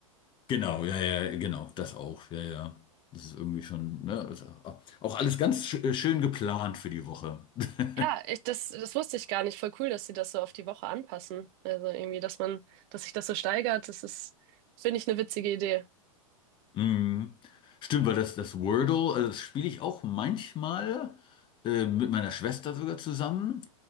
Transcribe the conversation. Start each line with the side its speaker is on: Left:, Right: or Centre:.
Left: Genau, ja, ja, genau, das auch, ja, ja. Das ist irgendwie schon, ne, ist auch auch alles ganz sch äh, schön geplant für die Woche. <laughs>
Right: Ja, ich, das, das wusste ich gar nicht. Voll cool, dass sie das so auf die Woche anpassen. Also irgendwie, dass man, dass sich das so steigert, das ist, finde ich, eine witzige Idee.
Left: Mhm. Stimmt, weil das, das Wordle, also das spiele ich auch manchmal äh, mit meiner Schwester sogar zusammen.